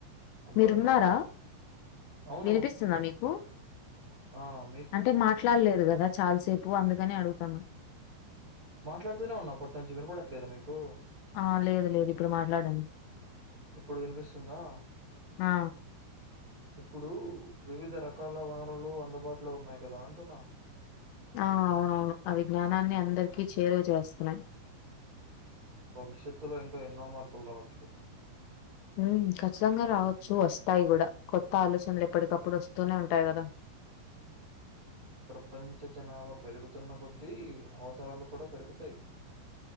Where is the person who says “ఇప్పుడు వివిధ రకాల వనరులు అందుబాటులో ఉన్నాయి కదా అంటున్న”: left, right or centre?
Right